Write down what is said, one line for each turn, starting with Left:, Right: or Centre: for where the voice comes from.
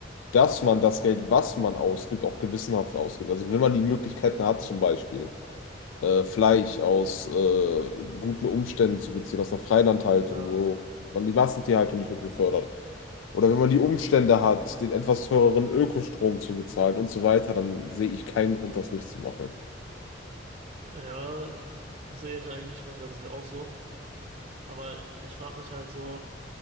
Left: dass man das Geld, was man ausgibt, auch gewissenhaft ausgibt. Also wenn man die Möglichkeiten hat, zum Beispiel äh, Fleisch aus äh, guten Umständen zu beziehen, aus einer Freilandhaltung,
Right: Ja.
Left: wo man die Massentierhaltung nicht mit befördert oder wenn man die Umstände hat, den etwas teureren Ökostrom zu bezahlen und so weiter, dann sehe ich keinen Grund, das nicht zu machen.
Right: Ja, sehe ich eigentlich grundsätzlich auch so. Aber ich frage mich halt so,